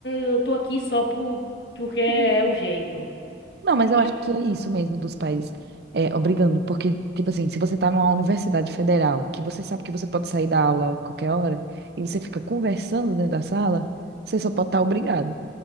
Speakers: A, on the left; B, on the right.
A: eu tô aqui só por, porque é
B: Uhum.
A: o jeito.
B: Não, mas
A: E
B: eu acho
A: é-
B: que é isso mesmo dos pais é, obrigando, porque, tipo assim, se você tá numa universidade federal, que você sabe que você pode sair da aula a qualquer hora, e você fica conversando dentro da sala, você só pode estar obrigado.